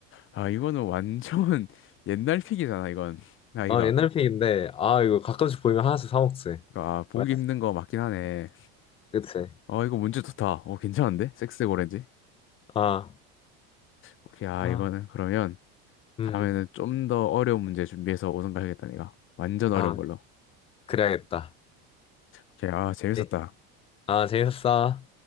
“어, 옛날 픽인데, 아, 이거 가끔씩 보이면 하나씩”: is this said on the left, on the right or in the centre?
Left